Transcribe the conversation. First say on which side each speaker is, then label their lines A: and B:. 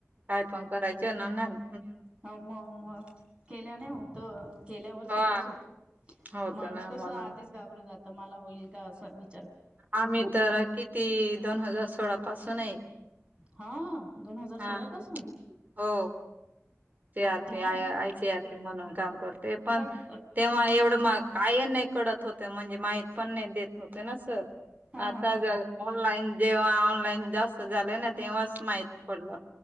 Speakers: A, on the right; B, on the right.
A: काय पण करायचं ना नाही
B: हो मग मग केल्याने होत. केल्यावर सगळंच
A: हा
B: होतय
A: होत
B: माणूस
A: ना
B: कस
A: म्हणून
B: आधीच घाबरून जात मला होईल का अस विच
A: आम्ही तर किती दोन हजार सोळा पासून आहे.
B: हा दोन हजार सोळा
A: हा
B: पासून
A: हो सी आरपी
B: छान
A: आ आय सी आरपी म्हणून काम करते पण
B: मग
A: तेव्हा एवढं माग काय नाही कडत होते म्हणजे माहीत पण नाही देत होते ना सर.
B: हा
A: आता
B: हा हा हा
A: ऑनलाईन जेव्हा ऑनलाईन जास्त झाले ना तेव्हाच माहीत पडलं